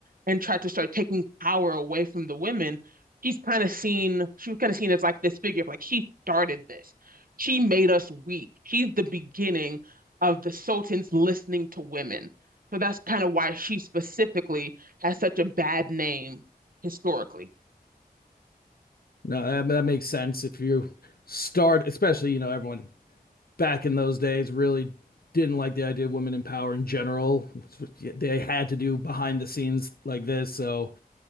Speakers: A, on the right; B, on the left.
A: and tried to start taking power away from the women, she's kind of seen, she was kind of seen as like this figure of like, she started this. She made us weak. She's the beginning of the Sultans listening to women. So that's kind of why she specifically has such a bad name historically.
B: No, that, that makes sense. If you start, especially, you know, everyone back in those days really didn't like the idea of women in power in general. They had to do behind the scenes like this. So